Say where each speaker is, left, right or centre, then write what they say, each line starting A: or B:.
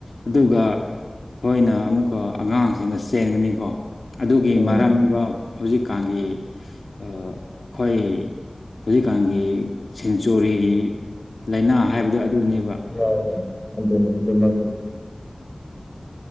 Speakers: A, on the left; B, on the left.
A: ꯑꯗꯨꯒ ꯃꯣꯏꯅ ꯑꯃꯨꯛꯀ ꯑꯉꯥꯡꯁꯤꯡꯒ ꯆꯦꯟꯒꯅꯤꯀꯣ ꯑꯗꯨꯒꯤ
B: ꯍꯣꯏ ꯎꯝ
A: ꯃꯔꯝꯅꯤꯕ ꯍꯧꯖꯤꯛꯀꯥꯟꯒꯤ ꯑꯥ ꯑꯩꯈꯣꯏ ꯍꯧꯖꯤꯛꯀꯥꯟꯒꯤ ꯁꯦꯟꯆꯨꯔꯤꯒꯤ ꯂꯩꯅꯥ ꯍꯥꯏꯕꯗꯣ ꯑꯗꯨꯅꯦꯕ
B: ꯌꯥꯏꯅꯦ ꯑꯗꯨꯅꯤ ꯑꯗꯨ ꯑꯗꯨꯃꯛꯅꯤ